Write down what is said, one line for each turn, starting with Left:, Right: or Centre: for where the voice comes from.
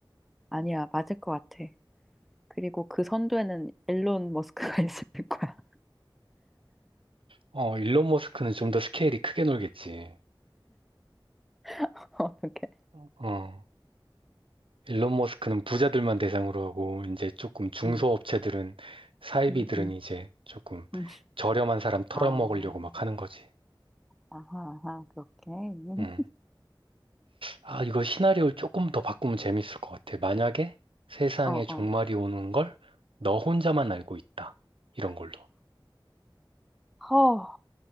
Centre: 아니야, 맞을 것 같아. 그리고 그 선두에는 일론 머스크가 <laughs> 있을 거야.
Right: 어, 일론 머스크는 좀 더 스케일이 크게 놀겠지.
Centre: <laughs> 어떻게?
Right: 어. 일론 머스크는 부자들만 대상으로 하고 이제 조금 중소업체들은
Centre: 음,
Right: 사이비들은
Centre: 음, 음.
Right: 이제 조금
Centre: 음.
Right: 저렴한 사람 털어먹으려고
Centre: 아,
Right: 막 하는 거지.
Centre: 아하, 아하, 그렇게. 음.
Right: 음. 아, 이거 시나리오를 조금 더 바꾸면 재밌을 것 같아. 만약에 세상에
Centre: 어,
Right: 종말이
Centre: 어.
Right: 오는 걸 너 혼자만 알고 있다. 이런 걸로.
Centre: 허,